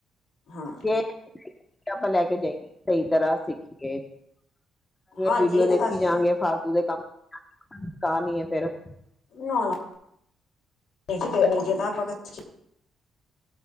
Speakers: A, on the left; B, on the left.
A: ਹਾਂ
B: ਕੇਕ ਆਪਾਂ ਲੈ ਕੇ ਜਾਈਏ ਸਈ ਤਰਾ ਸੀਖ ਗਏ
A: ਹਾਂਜੀ
B: ਵੀਡੀਓ
A: ਇਹ
B: ਦੇ
A: ਤਾਂ ਗੱਲ ਸਹੀ ਹੈ
B: ਫਾਲਤੂ ਦੇ ਕੰਮ ਕਰਨੀ ਆ ਫੇਰ <unintelligible>
A: ਨਾ-ਨਾ। <unintelligible>